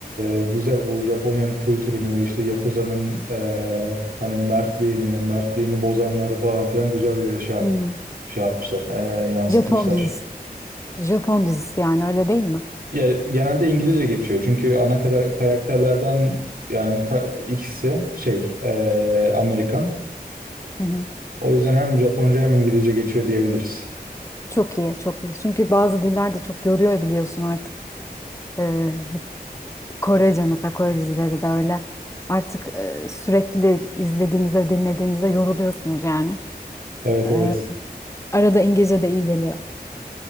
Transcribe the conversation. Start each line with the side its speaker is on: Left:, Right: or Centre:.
Right: e, güzel bu Japonya'nın kültürünü, işte Yakuza'nın e, hani mertliğini, mertliğini bozanları falan filan güzel bir şey, yap-
Left: Hmm.
Right: şey yapmışlar, e, yansıtmışlar.
Left: Japon dizisi. Japon dizisi yani öyle değil mi?
Right: Ya genelde İngilizce geçiyor çünkü ana kadar karakterlerden yani ka- ikisi şey e, Amerikan.
Left: Hı hı.
Right: O yüzden hem Japonca hem İngilizce geçiyor diyebiliriz.
Left: Çok iyi, çok iyi. Çünkü bazı diller de çok yoruyor biliyorsun artık. Ee, Korece mesela Kore dizileri de öyle. Artık e, sürekli izlediğinizde, dinlediğinizde yoruluyorsunuz yani.
Right: Evet
Left: Ee,
Right: evet.
Left: arada İngilizce de iyi geliyor.